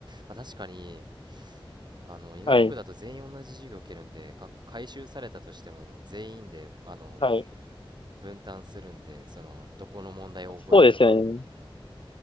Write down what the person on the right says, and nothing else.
まあ、確かに、あの、医学部だと全員同じ授業を受けるんで、
か、回収されたとしても全員で、あの、
分担するんで、その、どこの問題を覚えるとか、
うん、